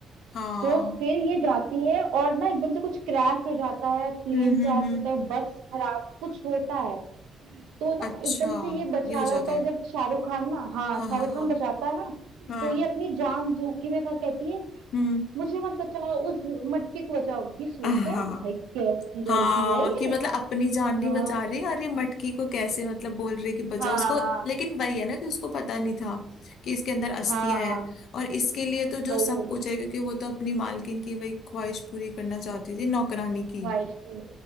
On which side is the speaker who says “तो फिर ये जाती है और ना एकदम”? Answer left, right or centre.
Right